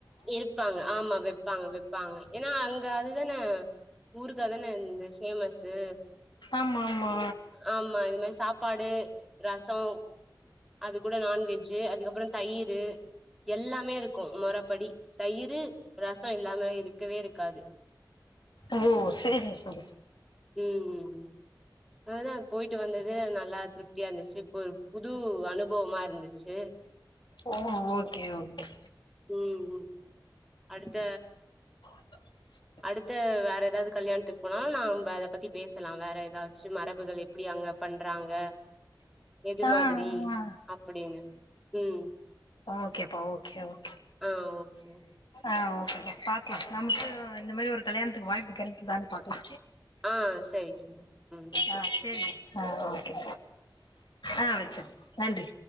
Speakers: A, in the centre; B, on the left.
A: இருப்பாங்க ஆமா வப்பாங்க வப்பாங்க ஏன்னா அங் க அதுதானா ஊருகா தான இங்க பேமஸு
B: ஆமா ஆமா
A: ஆமா இது மாரி சாப்பாடு ரசோ அது கூட நாண்வெஜ்ஜு அதுக்கப்புற தயிரு எல்லாமே இருக்கு மொறப் படி தயிரு ரச இல்லாமே இருக்கவே இருக்காது
B: ஓ சேரிங்க சிஸ்
A: ம் ம்
B: <inaudible>
A: அதுதா போய்ட்டு வந்தது நல்லா திருப்தியா இருந்துச்சு இப்போ ஒரு புது அனுபவமா இருந்துச்சு
B: ஓ ஓகே ஓகே
A: ம் ம் அடுத்த
B: <inaudible>
A: அடுத்த வேற ஏதாது கல்யாணத்துக்கு போனா நாம்ப அத பத்தி பேசலா வேற ஏதாச்சு மரபுகளி அப்டியாங்க பண்றாங்க எது
B: ஆ
A: மாதிரி
B: ஆ
A: அப்டினு ம்
B: ஓகேப்பா ஓகே ஓகே
A: ஆ ஓகே
B: ஆ ஓகேப்பா பாக்லா நமக்கு இந்த மாரி ஒரு கல்யாணத்துக்கு வாய்ப்பு கிடைக்குதானு பாக்லா
A: ஆ சரி சரி ம்
B: ஆ
A: சரி
B: சேரி ஆ ஓகே ஆ வச்சிரு நன்றி